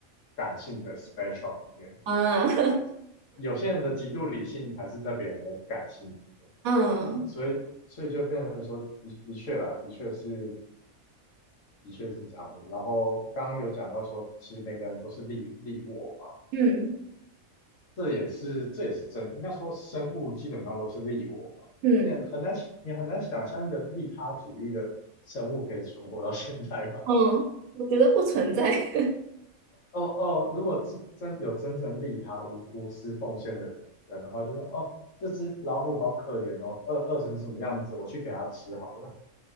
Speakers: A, on the left; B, on the right.
A: 感性的 spectrum 里面，
B: 啊 <laughs>
A: 有些人的极度理性还是在别人的感性里面，
B: 嗯
A: 所以所以就变成说的的确啦，的确是。的确是这样的。然后刚刚有讲到说，其实每个人都是利利我嘛，
B: 嗯
A: 这也是这也是真的。应该说，生物基本上都是利我嘛，
B: 嗯
A: 你很难你很难想象一个利他主义的生物可以存活到现在吧？
B: 嗯，我觉得不存在。<laughs>
A: 哦哦，如果是真有真正利他无无私奉献的人的话，就是哦，这只老虎好可怜哦，饿饿成什么样子，我去给它吃好了。